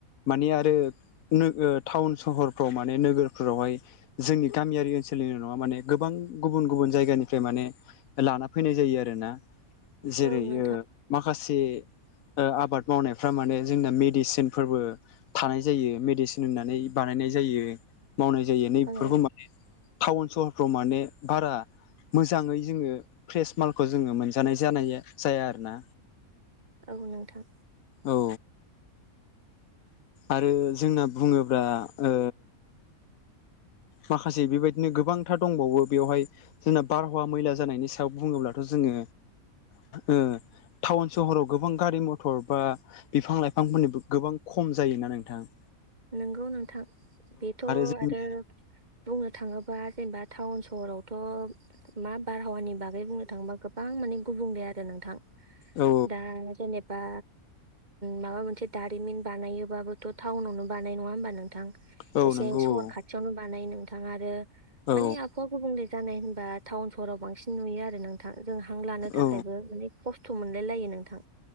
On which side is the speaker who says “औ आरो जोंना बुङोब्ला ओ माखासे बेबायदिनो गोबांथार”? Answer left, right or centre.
Left